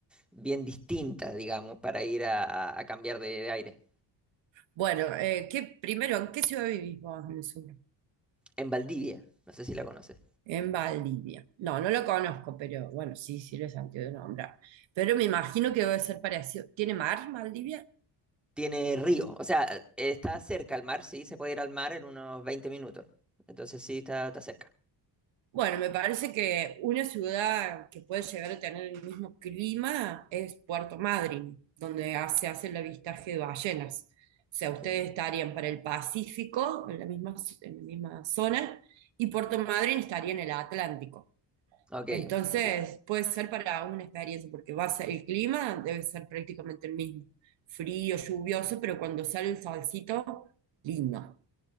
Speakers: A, in the centre; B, on the right.
A: bien distinta, digamos, para ir a, a cambiar de, de aire.
B: Bueno, eh, ¿qué, primero, ¿en qué ciudad vivís vos en el sur?
A: En Valdivia, no sé si la conoces.
B: En Valdivia. No, no lo conozco, pero bueno, sí, sí lo he sentido de nombrar. Pero me imagino que debe ser parecido. ¿Tiene mar Valdivia?
A: Tiene río, o sea, está cerca al mar, sí, se puede ir al mar en unos 20 minutos. Entonces sí, está, está cerca.
B: Bueno, me parece que una ciudad que puede llegar a tener el mismo clima es Puerto Madryn, donde ha- se hace el avistaje de ballenas. O sea,
A: Ok,
B: ustedes estarían para el Pacífico, en la misma, en la misma zona, y Puerto Madryn estaría en el Atlántico.
A: ok,
B: Entonces,
A: entiendo.
B: puede ser para una experiencia, porque va a ser el clima, debe ser prácticamente el mismo. Frío, lluvioso, pero cuando sale el solcito, lindo.